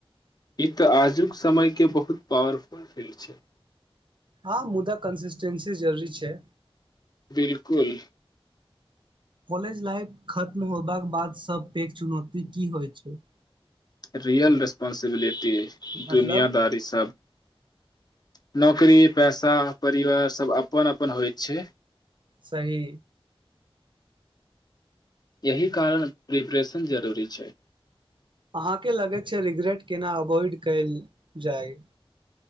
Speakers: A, on the left (about 40°); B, on the right (about 55°).
A: ई तऽ आजुक समयके बहुत पावरफुल फील्ड छै
B: हँ मुद्दा कन्सिस्टेन्सी जरूरी छै
A: बिलकुल
B: कॉलेज लाइफ खत्म होबाक बाद सभ पैघ चुनौती की होइ छै
A: रियल रेस्पंसिबिलिटी दुनियादारी
B: मतलब
A: सबब नौकरी पैसा परिवार सभ अपन अपन होइ छै
B: सही
A: एहिह कारण प्रिपरेशन जरूरी छै
B: अहाँके लगैत छै रिगरेट केना अवॉइड कयल जाय